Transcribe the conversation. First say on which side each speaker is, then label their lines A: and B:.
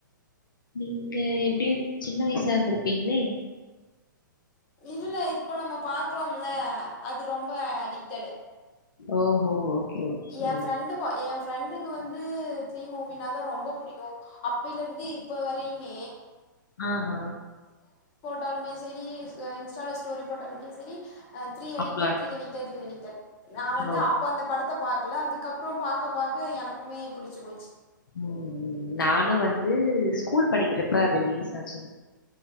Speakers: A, on the left; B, on the left.
A: நீங்க எப்டி சின்ன வயசா இருந்துருப்பீங்ளே
B: இல்ல இப்போ நம்ம பாக்றோம்ல அது ரொம்ப அடிக்டடு
A: ஓஹோ ஓகே
B: ஏ ஃப்ரெண்டு ஏ ஃப் ஃப்ரெண்டுக்கு வந்து த்ரீ மூவினாதா ரொம்ப புடிக்கும் அப்பில இருந்து இப்ப வரயுமே
A: ஆஹ் ஹ
B: டாலுமே செரி இன்ஸ் இன்ஸ்டால ஸ்டோரி போட்டாலுமே செரி அ த்ரீ அடிட்டட்
A: அவ்ளோ
B: த்ரீ அடிட்டட் <unintelligible> நா
A: அனுபவோ
B: வந்து அப்ப அந்த படத்த பாக்ல அதுக்கப்றோ பாக்க பாக்க எனக்குமே புடுச்சு போச்சு
A: ம் நானு வந்து ஸ்கூல் படிக்கறப்ப அது ரிலீஸ் ஆச்